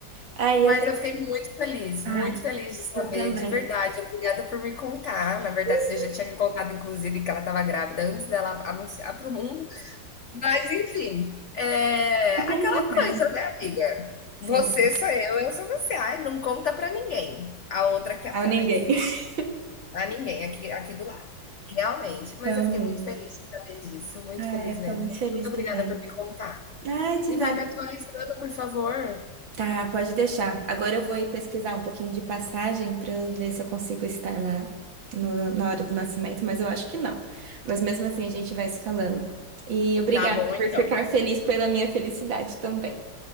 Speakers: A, on the right; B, on the left.
A: Aí
B: Mas
A: eu tenho.
B: eu fiquei muito feliz,
A: Ai,
B: muito feliz de saber,
A: eu também.
B: de verdade. Obrigada por me contar.
A: <laughs>
B: Na verdade, você já tinha me contado, inclusive, que ela estava grávida antes dela anunciar para o mundo. Mas, enfim, é
A: Pequenos
B: aquela
A: detalhes.
B: coisa, né, amiga?
A: Sim,
B: Você sou eu, eu sou você. Ai, não conta para ninguém. A outra aqui atrás.
A: ao ninguém. <laughs>
B: A ninguém aqui, aqui do lado. Realmente. Mas
A: Realmente.
B: eu fiquei muito feliz de saber disso. Muito
A: Ai,
B: feliz
A: eu
B: mesmo.
A: tô muito feliz
B: Muito obrigada
A: também.
B: por me contar.
A: Ai, de
B: E
A: nada.
B: vai me atualizando, por favor.
A: Tá, pode deixar. Agora eu vou ir pesquisar um pouquinho de passagem para eu ver se eu consigo estar lá no- na hora do nascimento, mas eu acho que não. Mas mesmo assim a gente vai se falando. E obrigada
B: Tá bom, então.
A: por ficar feliz pela minha felicidade também.